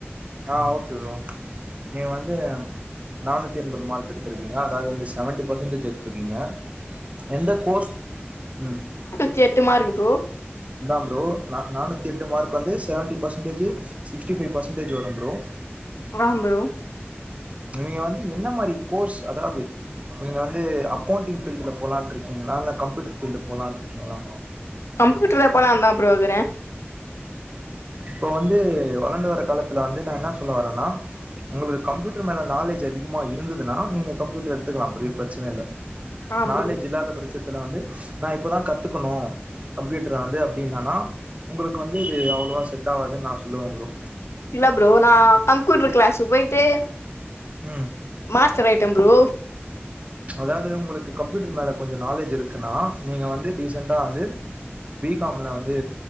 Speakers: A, on the right; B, on the left.
A: ஆ ஓகே ப்ரோ நீங்க வந்து நானூத்தி எண்பது மார்க் எடுத்திருக்கீங்க அதாவது வந்து செவன்டி பெர்சன்டேஜ் எடுத்திருக்கீங்க எந்த கோர்ஸ் ம்
B: தி எட்டு மார்க் ப்ரோ
A: அத்தா ப்ரோ நானூத்தி எட்டு மார்க் வந்து செவன்டி பர்சன்டேஜ்ஜு சிக்ஸ்டிஃபை பர்சன்டேஜ் வரு ப்ரோ
B: ஆம் ப்ரோ
A: நீங்க வந்து என்ன மாரி கோர்ஸ் அதாவ்து நீங்க வந்து அக்கௌண்டிங் பீல்ட்ல போலான்னு ருக்கீங்ளா இல்ல கப்யூட்டர் ஃபீல்டுல போலான்ட்டு ருக்கீங்ளா
B: கம்யூட்டர்ல போலந்தா ப்ரோ கிறே
A: இப்ப வந்து வளந்து வர்ற காலத்துல வந்து நா ன்னா சொல்ல வரன்னா உங்களுக்கு கம்ப்யூட்டர் மேலே நாலேஜ் அதிகமாக இருந்ததுனா நீங்க கம்ப்யூட்டர் எடுத்துக்கலா ப்பெரிய பிரச்சன இல்ல
B: ஆ
A: நாலேஜ்
B: ப்ரோ
A: இல்லாத ப்ரச்சத்துல வந்து நா இப்பதா கத்துக்கணு கம்ப்யூட்டர் வந்து அப்டின்னான்னா உங்களுக்கு வந்து இது அவ்ளோவா செட் ஆவாதுன் நா சொல்லுவம்ப்ரோ
B: இல்லாப்ரோ நா கம்ப்குயூட்டர் க்ளாஸ்ஸு போயிட்டு
A: ம்
B: மாஸ்டர் ஆயிட்ட ப்ரோ
A: அதாவது உங்களுக்கு கம்ப்யூட்டர் மேல கொஞ்ச நாலேஜ் இருக்குன்னா நீங்க வந்து டீசெண்ட்டா வந்து பி கம்ல வந்து